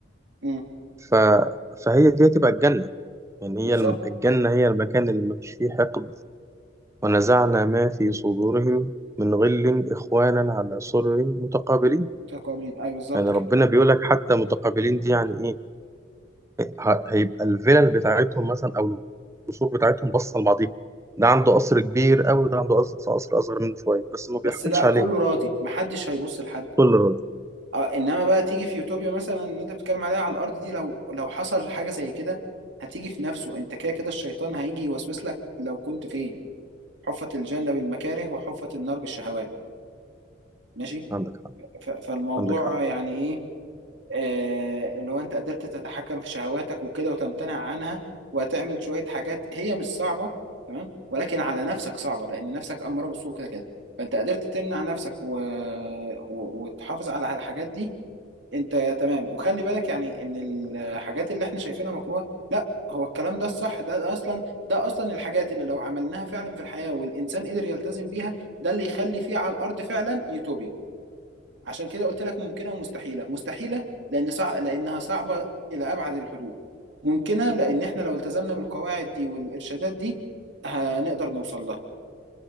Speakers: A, on the right; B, on the right.
A: مم،
B: ف فهي دي هتبقى الجنه يعني
A: بالظبط
B: هي الم- الجنه هي المكان اللي مفيش فيه حقد ونزعنا ما في صدورهم من غل اخوانا على سرر متقابلين
A: متقابلين اي بالظبط
B: يعني ربنا
A: كده
B: بيقول لك حتى متقابلين دي يعني ايه ه- هيبقى الفلل بتاعتهم مثلا او القصور بتاعتهم باصه لبعضيها ده عنده قصر كبير قوي ده عنده قصر قصر اصغر منه شويه بس ما بيحقدش
A: بس لا
B: عليه
A: كله راضي محدش هيبص لحد
B: كل راجل
A: اه انما بقى تيجي في يوتوبيا مثلا اللي انت بتتكلم عليها على الارض دي لو لو حصل حاجه زي كده هتيجي في نفسه انت كده كده الشيطان هيجي يوسوس لك لو كنت فين حفت الجنة بالمكاره وحفت النار بالشهوات ماشي
B: عندك حق
A: ف- فالموضوع
B: عندك حق
A: يعني ايه آه اللي هو انت قدرت تتحكم في شهواتك وكده وتمتنع عنها وهتعمل شوية حاجات هي مش صعبة تمام ولكن على نفسك صعبة لأن نفسك أمارة بالسوء كده كده فأنت قدرت تمنع نفسك و... و... وتحافظ على على الحاجات دي انت تمام وخلي بالك يعني ان الحاجات اللي احنا شايفينها مكروهه لا هو الكلام ده الصح ده, ده اصلا ده اصلا الحاجات اللي لو عملناها فعلا في الحياه والانسان قدر يلتزم بيها ده اللي يخلي فيه على الارض فعلا يوتوبيا عشان كده قلت لك ممكنه ومستحيله مستحيله لان صع... لانها صعبه الى ابعد الحدود ممكنه لان احنا لو التزمنا بالقواعد دي والارشادات دي هنقدر نوصل لها